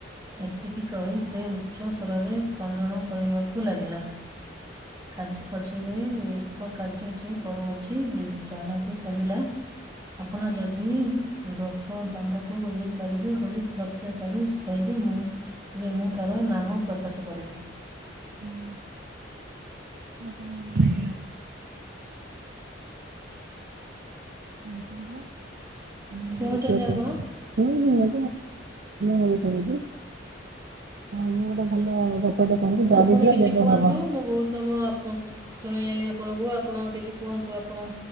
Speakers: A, on the right; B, on the right.
A: ଏ ଏତିକି କହି ସେ ଉଚ୍ଚ ସ୍ଵରରେ କ୍ରନ୍ଦଣ କରିବାକୁ ଲାଗିଲା। କାଞ୍ଚି ପଛେରେ ଏକ କାର୍ଯ୍ୟ ଠି କରୁଅଛି ଯି ଜାନକୀ କହିଲା। ଆପଣ ଯଦି ଦଶ୍ <inaudible> ଦଣ୍ଡକୁ ଦେଇ ପାରିବେ ବୋଲି ତଥ୍ୟ କରି କହିବି ମୁଁ। ତେବେ ମୁଁ ତାର ନାମ ପ୍ରକାଶ କରିବି।
B: ହୁଁ <inaudible> ପଣେ ଭଲ ଲାଗିଲା। ତୁମେ ଶୁଣିବ, ମୁଁ ଗୋଟେ
A: ଶୁଣୁଛନ୍ତି
B: ବିଷୟ କହିବି।
A: ଆପଣ?
B: ହୁଁ ହୁଁ, <inaudible> ଭଲ ଭାବେ ଶୁଣିବି। ଆଉ ମୁଁ ଗୋଟେ ଭଲ ଗପଟେ କହୁଛି, ଦରିଦ୍ର
A: ଆପଣ କିଛି
B: ଦେବ
A: କୁହନ୍ତୁ
B: ଭାବ।
A: ମୁଁ ବହୁତ ସମୟ ଆପଣ ଶୁଣେଇଲି ଆପଣଙ୍କୁ ଆପଣ କିଛି କୁହନ୍ତୁ ଆପଣ।